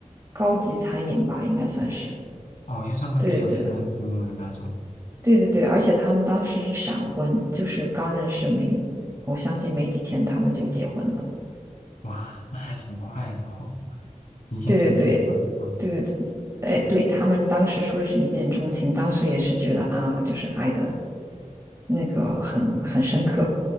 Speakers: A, on the right; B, on the left.
A: 高级餐饮吧，应该算是。
B: 哦，又专门给有钱人服务的那种。
A: 对对对对对，而且他们当时是闪婚，就是刚认识没，我相信没几天他们就结婚了。
B: 哇，那还挺快的哦，一见钟情吧？
A: 对对对，
B: 啊，
A: 对对对，哎，对，他们当时说是一见钟情，当时也是觉得啊，就是爱的那个很很深刻。